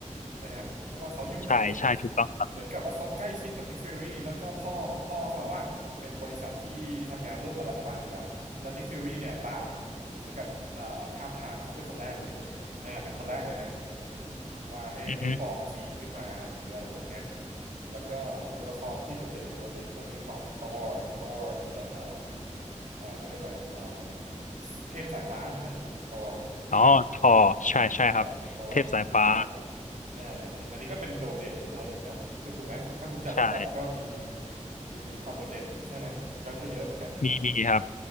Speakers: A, on the right; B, on the left.
A: ถูกไหมฮะเพราะว่าเขาอยู่ใน
B: ใช่ใช่ถูกต้องครับ
A: เหมือนกับว่าเขาใกล้ชิดกับนิกฟิวรีแล้วก็พ่อพ่อเขาอะเป็นบริษัทที่ทำงานร่วมกับรัฐบาลอยู่แล้วแล้วนิกฟิวรีเนี่ยตามเหมือนกับเอ่อทาบทามเขาเป็นคนแรกเลยอ่าเป็นคนแรกเลยนะอืมว่าให้ให้ฟอร์มทีมขึ้นมาหรืออะไรพวกเนี้ย
B: อือฮึ
A: แล้วก็ตัวละครที่โดดเด่นอีกตัวหนึ่งก็คือ Thor Thor Thor เจ้าเอ่อ อ่าเขาเรียกอะไรอ่าเทพสายฟ้าใช่ไหมตอร์ถูกไหมภาษาไทย
B: อ๋อทอใช่ใช่ครับเทพสายฟ้า
A: อ่าตอร์เทพสายฟ้าอ่านี่อันนี้ก็เป็นโดดเด่นอีกตัวหนึ่งนะถูกถูกไหมถ้าคุณจัดลำดับก็มี
B: ใช่
A: มีความโดดเด่นใช่ไหมก็ก็เยอะเหมือนกันถูกไหม
B: มีมีครับ